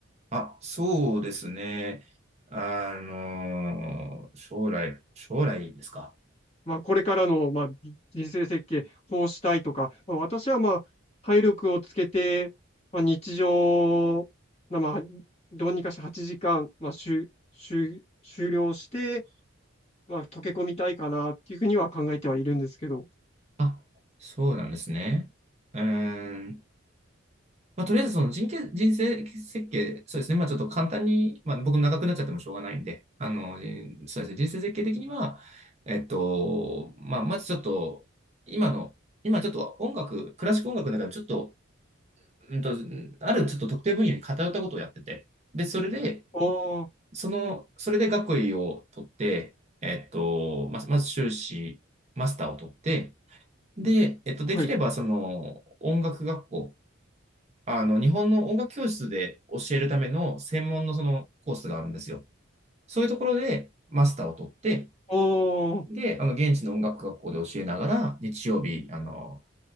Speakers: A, on the right; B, on the left.
A: あ、そうですね。あのー将来、将来ですか。
B: まあ、これからの、まあ、人生設計、こうしたいとか、まあ、私は、まあ、体力をつけて、まあ、日常、なまあ、どうにかして8時間、まあ、しゅしゅ終了して、まあ、溶け込みたいかなっていうふうには考えてはいるんですけど。
A: あ、そうなんですね。うーん。まあ、とりあえずその人形人生設計、そうですね。まあ、ちょっと簡単に、まあ、僕長くなっちゃってもしょうがないんで、あの、人そうですね。人生設計的には、えっと、まあ、まずちょっと、今の、今ちょっと音楽、クラシック音楽の中でちょっと、うんと、あるちょっと特定分野に偏ったことをやってて、で、それで、
B: ああ、
A: その、それで学位を取って、えっと、まず、まず修士、マスターを取って、で、えっと、
B: はい。
A: できれば、その、音楽学校、あの、日本の音楽教室で教えるための専門のそのコースがあるんですよ。そういうところでマスターを取って、
B: おー、
A: で、あの、現地の音楽学校で教えながら、日曜日、あの、